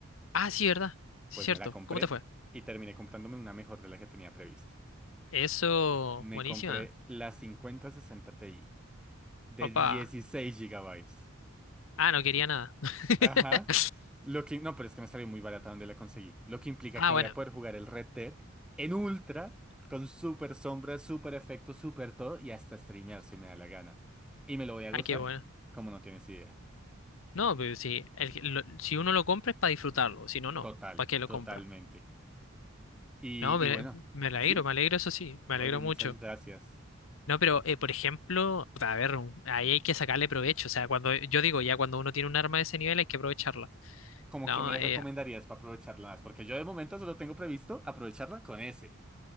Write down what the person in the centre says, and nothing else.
Pues
me la compré
y terminé comprándome una mejor de la que tenía prevista.
Me
compré la cincuenta sesenta Ti. De
16 gigabytes.
Ajá. Lo que... No, pero es que me salió muy barata donde la conseguí. Lo que implica
que voy
a poder jugar el Red Dead en ultra, con super sombra, super efecto, super todo, y hasta streamear si me da la gana. Y me lo voy a
gozar
como no tienes idea.
Total,
totalmente.
Y,
y bueno,
¿sí?
Oye,
muchas
gracias.
¿Cómo
que me
recomendarías para aprovecharla más? Porque yo de momento solo tengo previsto aprovecharla con ese.